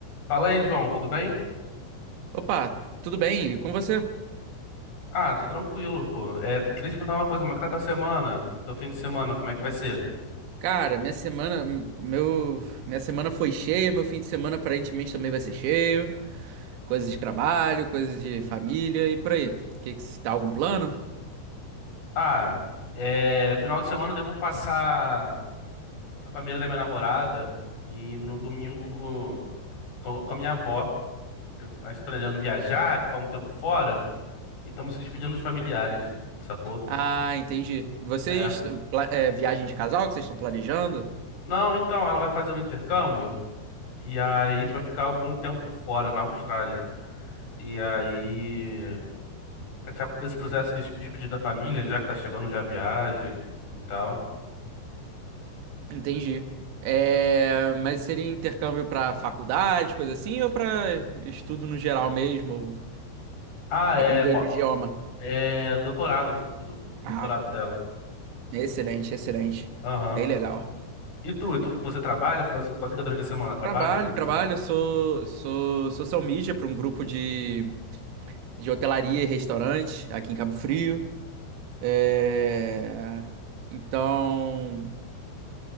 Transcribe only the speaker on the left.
Fala aí, João, tudo bem?
Ah, tô tranquilo, pô. É, queria te perguntar uma coisa, como é que tá tua semana? do fim de semana, como é que vai ser?
Ah, é, final de semana eu devo passar com a família da minha namorada e no domingo com, com a minha avó. que A gente tá planejando viajar, ficar um tempo fora e estamos se despedindo dos familiares, sacou?
É.
Não, então, ela vai fazer um intercâmbio e aí a gente vai ficar algum tempo fora, na Austrália. E aí. Essa- Esse processo de despedir da família, já que tá chegando já a viagem e tal.
Ah, é,
po-
é doutorado, o do- doutorado
dela.
Aham.
E tu, e tu, você trabalha? Faz, faz o que durante a semana? Trabalha,
estuda?